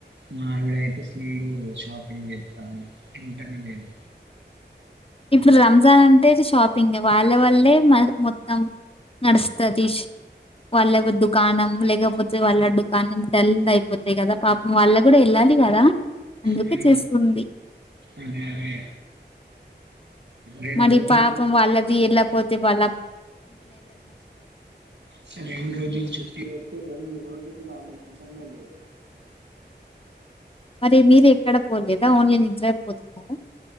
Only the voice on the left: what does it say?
ఇప్పుడు రంజాన్ అంటే అది షాపింగ్ వాళ్ళ వల్లే మొత్తం నడుస్తది వాళ్ళకి దుకాణం లెక్ లేకపోతే వాళ్ళ దుకాణం డల్ అయిపోతాయి కదా పాపం వాళ్ళ కూడా వెళ్ళాలి కదా అందుకే
చేస్తుంది
మరి
పాపం వళ్ళది ఎలా పోతే వళ్ళ
మరి మీరు ఎక్కడ పోలేదా ఓన్లీ నిడ్రై పోతున్నారు